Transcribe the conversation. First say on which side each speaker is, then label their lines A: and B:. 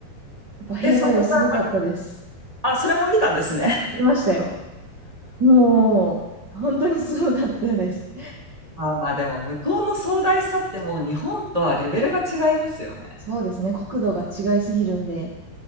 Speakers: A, on the right; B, on the right.
A: っぱ兵馬俑すごかったです。
B: で、そこからあ、それも見たんですね。
A: 見ましたよ。もう、本当にすごかったです。
B: あ、まあでも向こうの壮大さってもう日本とはレベルが違いますよね。
A: そうですね。国土が違いすぎるんで。